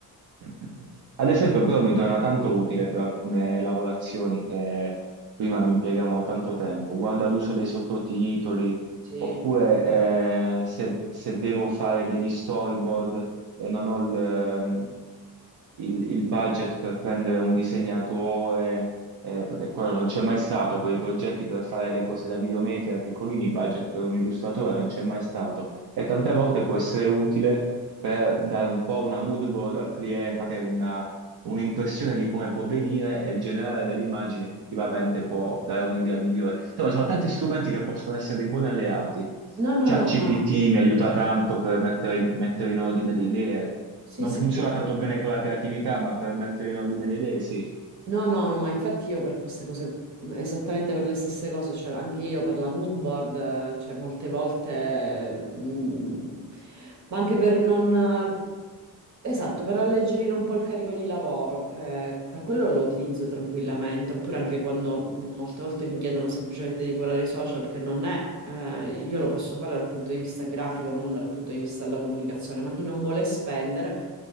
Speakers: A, on the right; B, on the right.
A: Mm. Ad esempio, però mi torna tanto utile per alcune lavorazioni che prima mi impiegavano tanto tempo. Guarda l'uso dei sottotitoli,
B: Sì.
A: oppure eh, se, se devo fare degli storyboard e non ho il, ehm, il- il budget per prendere un disegnatore, eh,
B: No,
A: perché quello non c'è mai stato per i progetti per fare le cose da videomaker piccolini, budget per un illustratore non c'è mai stato. E tante volte può essere utile per dare un po' una mood board al cliente, una- un'impressione di come può venire e generare delle immagini effettivamente può dare un'idea migliore. Insomma, ci sono tanti strumenti che possono essere dei buoni alleati.
B: no, no,
A: ChatGPT
B: no, ma
A: mi aiuta tanto per mettere, mettere in ordine le idee.
B: sì,
A: Non
B: sì.
A: funziona
B: sì.
A: tanto bene con la creatività, ma per mettere in ordine le idee sì.
B: No, no, no, ma infatti io per queste cose, esattamente per le stesse cose, cioè anche io per la mood board, eh, cioè molte volte, mm, ma anche per non, esatto, per alleggerire un po' il carico di lavoro, eh, per quello lo utilizzo tranquillamente, oppure anche quando mm, molte volte mi chiedono semplicemente di curare i social, che non è, eh, io lo posso fare dal punto di vista grafico, non dal punto di vista della comunicazione, ma chi non vuole spendere...